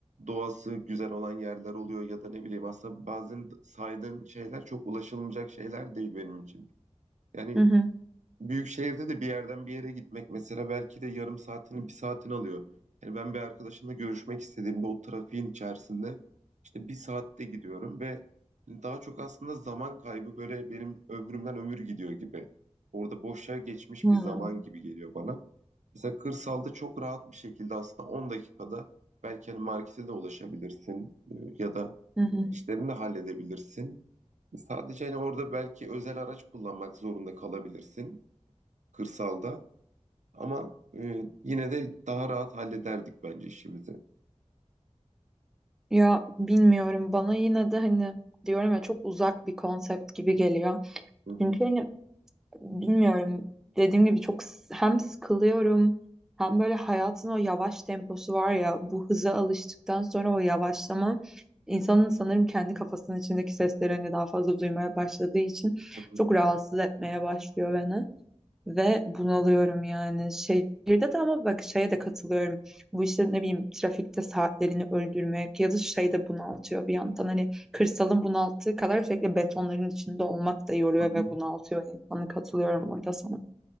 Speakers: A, on the right (about 80°); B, in the centre.
A: doğası güzel olan yerler oluyor ya da ne bileyim aslında bazen saydığın şeyler çok ulaşılmayacak şeyler değil benim için. Yani
B: Hı hı.
A: büyük şehirde de bir yerden bir yere gitmek mesela belki de yarım saatini bir saatini alıyor. Yani ben bir arkadaşımla görüşmek istediğimde o trafiğin içerisinde işte bir saatte gidiyorum ve daha çok aslında zaman kaybı böyle benim ömrümden ömür gidiyor gibi. Orada boşa geçmiş
B: Hmm,
A: bir zaman gibi geliyor bana. Mesela kırsalda çok rahat bir şekilde aslında 10 dakikada belki hani markete de ulaşabilirsin e, ya da
B: Hı hı.
A: işlerini de halledebilirsin. Sadece hani orada belki özel araç kullanmak zorunda kalabilirsin kırsalda. Ama e, yine de daha rahat hallederdik bence işimizi.
B: Ya bilmiyorum bana yine de hani diyorum ya çok uzak bir konsept gibi geliyor.
A: Hı hı,
B: Çünkü hani bilmiyorum. Dediğim gibi çok s- hem sıkılıyorum hem böyle hayatın o yavaş temposu var ya bu hıza alıştıktan sonra o yavaşlama insanın sanırım kendi kafasının içindeki seslerini daha fazla duymaya başladığı için
A: hı hı,
B: çok rahatsız etmeye başlıyor beni. Ve bunalıyorum yani. Şehirde de ama bak şeye de katılıyorum. Bu işte ne bileyim trafikte saatlerini öldürmek ya da şey de bunaltıyor bir yandan. Hani kırsalın bunalttığı kadar sürekli betonların içinde olmak da yoruyor
A: hı hı.
B: ve bunaltıyor insanı. Katılıyorum orada sana.